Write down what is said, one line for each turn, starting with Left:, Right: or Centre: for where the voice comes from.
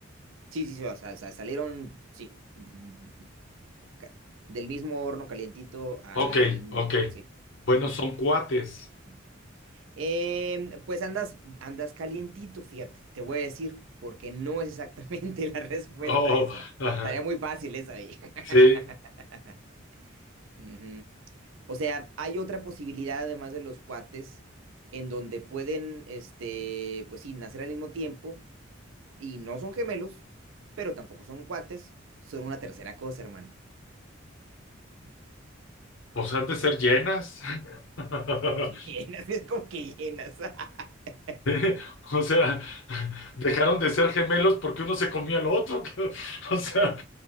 Right: Sí, sí, sí, o sea, sa- salieron, sí, mm, ca- del mismo horno calientito al...
Left: Ok, ok.
Right: Sí.
Left: Bueno,
Right: ujú.
Left: son cuates.
Right: ujú. Em, pues andas, andas calientito, fíjate, te voy a decir, porque no es exactamente <laughs> la respuesta
Left: Oh,
Right: esa.
Left: ajá.
Right: Estaría muy fácil esa ahí. <laughs>
Left: Sí.
Right: Ujú. O sea, hay otra posibilidad además de los cuates en donde pueden, este, pues sí, nacer al mismo tiempo y no son gemelos, pero tampoco son cuates, son una tercera cosa, hermano. Mm,
Left: Pues han de ser
Right: Piénsale,
Left: llenas.
Right: piénsale.
Left: <laughs>
Right: <laughs> Como que llenas, <laughs> es como que llenas. <laughs>
Left: ¿Eh? O sea, dejaron de ser gemelos porque uno se comió al otro. <laughs> O sea,